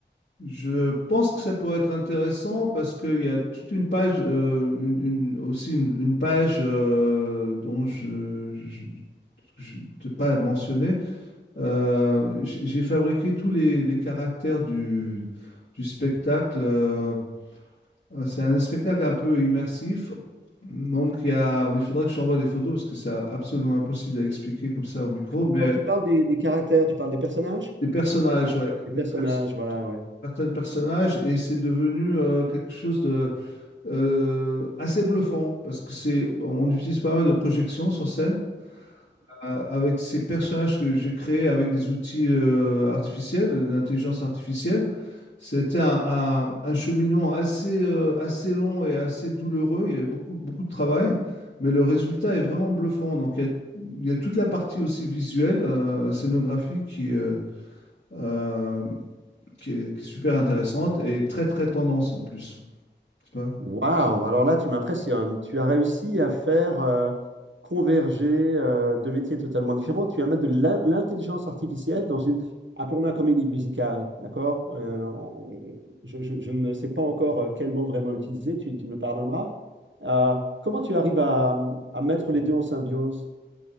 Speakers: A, on the left; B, on the right.
A: Je pense que ça pourrait être intéressant parce qu'il y a toute une page, euh, une- une- aussi une, une page euh, dont je, je- je ne t'ai pas mentionné. Euh, j'ai j'ai fabriqué tous les, les caractères du, du spectacle. euh, c'est un spectacle un peu immersif. Donc il y a, il faudrait que je t'envoie des photos parce que c'est absolument impossible à expliquer comme ça au micro.
B: Quand,
A: Mais
B: quand tu parles des, des caractères, tu parles des personnages?
A: les personnages, ouais,
B: Des
A: les
B: personnages,
A: pers-
B: voilà, ouais.
A: certains personnages et c'est devenu euh, quelque chose de euh, assez bluffant parce que c'est, bon, on utilise pas mal de projections sur scène euh, avec ces personnages que j'ai créés avec des outils euh, artificiels, euh, d'intelligence artificielle. C'était un, un, un cheminement assez, euh, assez long et assez douloureux. Il y avait beaucoup, beaucoup de travail, mais le résultat est vraiment bluffant. Donc il y a, il y a toute la partie aussi visuelle, euh, scénographique qui, euh, euh, qui est, qui est super intéressante et très très tendance en plus. Tu vois,
B: Waouh! Alors là, tu m'impressionnes. Tu as réussi à faire euh, converger euh, deux métiers totalement différents. Tu vas mettre de l'in- l'intelligence artificielle dans une, appelons-la comédie musicale, d'accord? Euh, on- je, je- je ne sais pas encore euh, quel mot vraiment utiliser, tu, tu me le pardonneras. Euh, comment tu arrives à, à mettre les deux en symbiose?